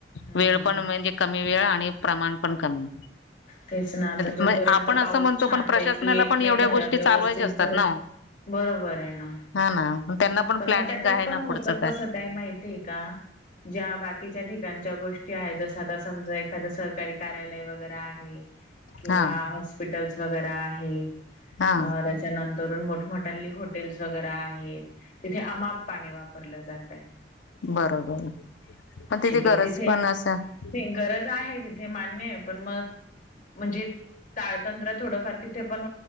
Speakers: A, on the left; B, on the left.
A: हम्म.
B: वेळ पण म्हणजे कमी वेळ आणि प्रमाण पण कमी
A: तेचना तर
B: मग
A: जो र्यंत
B: आपण असं
A: पाऊस
B: म्हणतो
A: छानपैकी
B: पण प्रशासनाला
A: येत
B: पण
A: नाही
B: एवढ्या
A: धरण
B: गोष्टी
A: व्यवस्थित
B: चालवायच्या असतात
A: भर
B: ना ओ.
A: बरोबर आहे ना
B: हा ना त्यांना
A: पण
B: प्लॅनिंग
A: मग त्याच्यात
B: आहे
A: पण
B: ना
A: होत
B: पुढचं काय
A: कस का माहितीय का ज्या बाकीच्या ठिकाणी गोष्टी आहे जस आता समजा एखादं सरकारी कार्यालय वगैरे आहे किंवा
B: हा
A: हॉस्पिटल्स वे आहेत
B: हा
A: त्याच्यानंतर तरुून मोठमोठ्यांली हॉटेल्स वगैरे आहेत तिथे अमाप पाणी वापरलं जात आहे
B: बरोबर पण तिथे
A: ठीक
B: गरज
A: आहे तिथे
B: पण असं
A: गरज आहे तिथे मान्य पण मग म्हणजे ताळतंत्र थोडफार तिथे पण